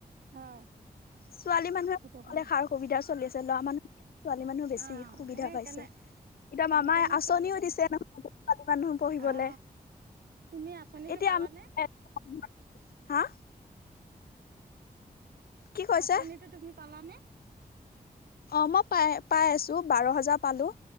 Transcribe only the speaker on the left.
ছোৱালী মানুহে
সাৰ সুবিধা চলি আছে ল'ৰা মানুহ। ছোৱালী মানুহ বেছি
সুবিধা
পাইছে এতিয়া মামাই
আঁচনিও
দিছে নহয় ছোৱালী মানুহ পঢ়িবলে
এতিয়া
আমি হা কি কৈছে
অ মই পায় পাই আছো বাৰ হাজাৰ পালো